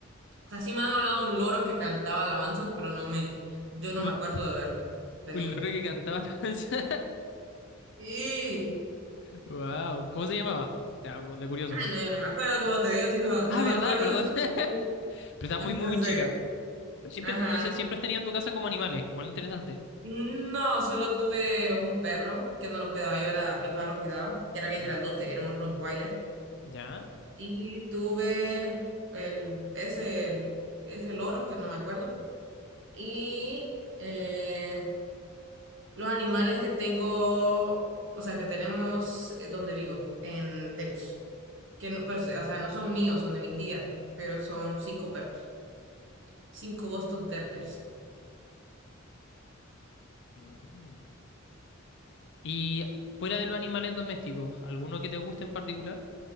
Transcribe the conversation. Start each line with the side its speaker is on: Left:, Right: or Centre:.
Right: O sea, sí me han hablado de un loro que cantaba alabanzas, pero no me, yo no
Left: Un,
Right: me acuerdo de haberlo tenido.
Left: un loro que cantaba la <laughs> alabanza.
Right: Sí.
Left: Wow. ¿Cómo se llamaba? Ya, como de curioso,
Right: Ay,
Left: ¿no?
Right: no, yo no me acuerdo, como te digo, si no,
Left: Ah,
Right: no
Left: verdad,
Right: me acuerdo.
Left: verdad. <laughs> Pero
Right: <laughs>
Left: estaba
Right: Entonces,
Left: muy, muy, muy chica. Pero siempre,
Right: ajá.
Left: entonces siempre has tenido en tu casa como animales. Igual interesante.
Right: No, solo tuve un perro que no lo cuidaba, yo era, mi papá lo cuidaba, que era bien
Left: Mm.
Right: grandote, era un Rottweiler.
Left: ¿Ya?
Right: Y tuve el, ese, el, ese loro, que no me acuerdo. Y eh, los animales que tengo, o sea, que tenemos eh, donde vivo, en Tegus. Que no, pues, o sea, no son míos, son de mi tía, pero son cinco perros, cinco Boston Terriers.
Left: Mm. Y fuera de los animales domésticos, ¿alguno que te guste en particular?